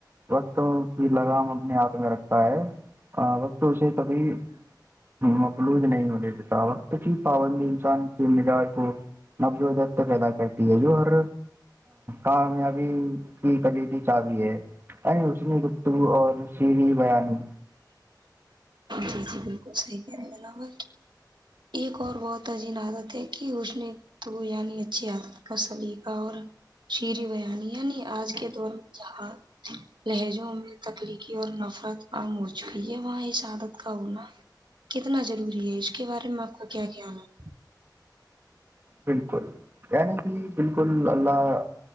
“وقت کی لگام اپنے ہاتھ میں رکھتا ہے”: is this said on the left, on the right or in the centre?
Right